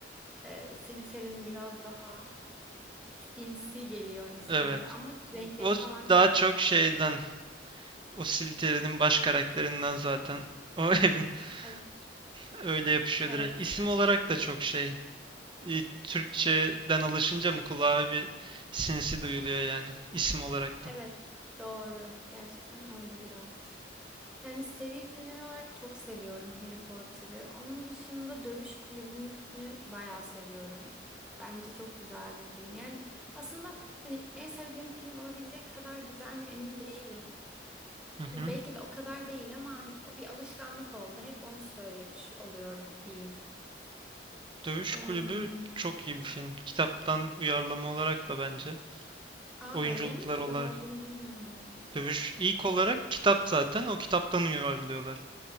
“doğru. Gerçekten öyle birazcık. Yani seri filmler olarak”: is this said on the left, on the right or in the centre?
Centre